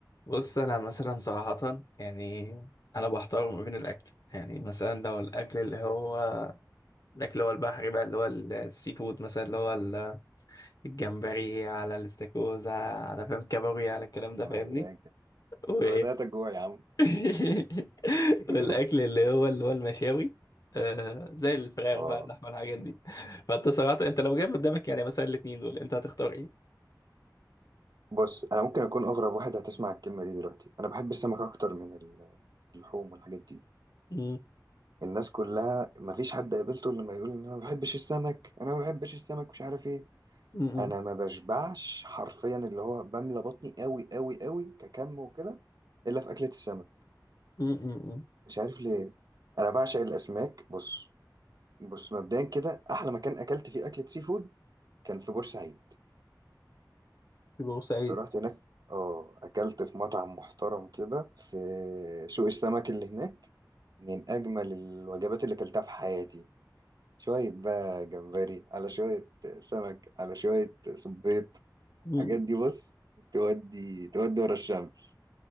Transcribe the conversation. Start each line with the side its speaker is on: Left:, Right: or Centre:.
Left: بص انا مثلا صراحة يعني انا بحتار ما بين الاكل يعني مثلا لو الاكل اللي هو الاكل اللي هو البحري بقى اللي هو السي فود مثلا اللي هو ال- الجمبري على الاستاكوزا على فاهم كابوريا على الكلام ده
Right: يا مزاج
Left: فاهمني و...
Right: انا بدأت اجوع يا عم
Left: <laughs>
Right: <laughs>
Left: والاكل اللي هو اللي هو المشاوي آه زي الفراخ
Right: اه
Left: بقى اللحمة الحاجات دي فانت صراحة انت لو جايب قدامك يعني مثلا الاتنين دول انت هتختار ايه؟
Right: بص انا ممكن اكون اغرب واحد هتسمع الكلمه دي دلوقتي انا بحب السمك اكتر من ال- اللحوم والحاجات دي
Left: مم.
Right: الناس كلها مفيش حد قابلته الا لما يقول ان انا ما بحبش السمك انا ما بحبش السمك مش عارف ايه
Left: مم.
Right: انا ما بشبعش حرفيا اللي هو بملى بطني قوي قوي قوي ككم وكده الا في اكله السمك
Left: مم. مم. مم.
Right: مش عارف ليه انا بعشق الاسماك بص بص مبدئيا كده احلى مكان اكلت فيه اكله سي فود كان في بورسعيد
Left: في بورسعيد
Right: كنت رحت هناك اه اكلت في مطعم محترم كده في سوق السمك اللي هناك من اجمل الوجبات اللي اكلتها في حياتي شوية بقى جمبري على شوية سمك على شوية صبيط
Left: مم.
Right: الحاجات دي بص تودي تودي ورا الشمس